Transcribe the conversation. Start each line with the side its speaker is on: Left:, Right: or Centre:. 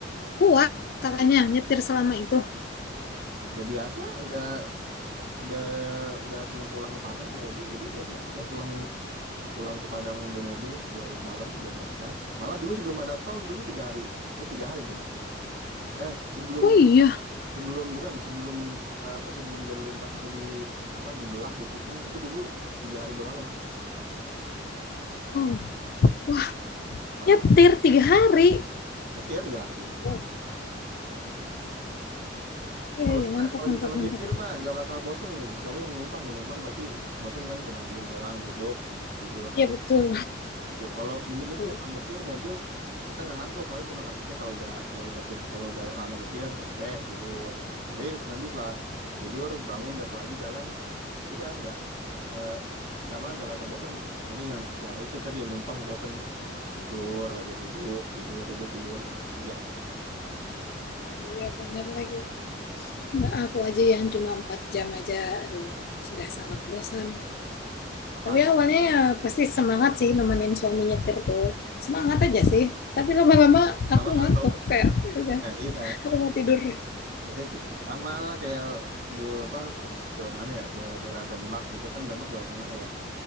Left: kuat kakaknya nyetir selama itu.
Right: Udah biasa, udah udah udah sering pulang ke Padang bawa mobil jadi udah biasa pulang pulang ke Padang bawa mobil dua hari semalam udah biasa malah dulu sebelum ada tol dulu tiga hari eh tiga hari dulu eh sebelum
Left: Oh iya,
Right: sebelum bukan sebelum eh, apa sebelum jalur lintas itu di apa dibelah bukitnya itu dulu tiga hari dua malam
Left: Wow, wah
Right: ke Padang
Left: nyetir tiga hari.
Right: nanti ya tiga hari
Left: Wow. Iya,
Right: kalau
Left: iya
Right: kita
Left: mantap,
Right: kalau
Left: mantap,
Right: kalau
Left: mantap.
Right: nyetir mah nggak bakal bosen kecuali yang numpang yang numpang pasti bosen kan cuma diem doang duduk tidur
Left: Iya
Right: duduk
Left: betul.
Right: Tidur. Kalau mending nyetir,
Left: Betul.
Right: kalau nyetir mobil kita nggak ngantuk, paling cuma ngantuknya kalau udah kalau udah si- kalau udah lama nyetir capek tidur gitu. Nanti nanti setelah tidur bangun gas lagi jalan, udah nggak eh, nggak apa nggak merasa bosan. Paling yang ya itu tadi yang numpang bosan tidur aja duduk tidur duduk tidur gitu aja.
Left: Iya benar lagi. Nah, aku aja yang cuma empat jam aja, aduh sudah sangat bosan.
Right: Pat,
Left: Tapi awalnya ya pasti semangat sih nemenin suami nyetir tuh. Semangat aja sih. Tapi lama-lama
Right: lama
Left: aku
Right: ngantuk.
Left: ngantuk
Right: <laughs>
Left: kayak "Ya udah
Right: Nah, iya,
Left: aku mau tidur.
Right: Ya, kayak- sama lah kayak dulu apa pas ke mana ya ke daerah Demak gitu kan Demak Jawa Tengah ya.